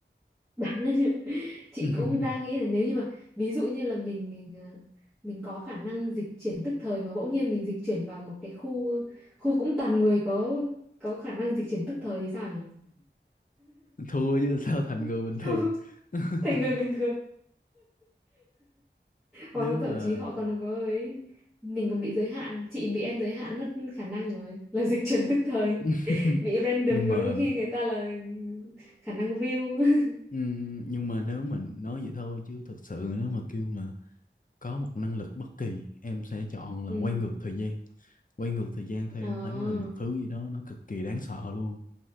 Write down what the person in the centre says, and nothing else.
đáng <laughs> chị
cũng đang nghĩ là nếu như mà ví dụ như là mình à, mình có khả năng dịch chuyển tức thời mà bỗng nhiên mình dịch chuyển vào một cái khu khu cũng toàn người có có khả năng dịch chuyển tức thời thì sao nhỉ?
<laughs>
Thành người bình thường
Thôi
thậm chí họ còn có ấy mình còn bị giới hạn chị bị em giới hạn mất khả năng rồi là dịch chuyển tức thời
<laughs> bị random
còn có khi người ta là khả năng real <laughs>
ừ
ờ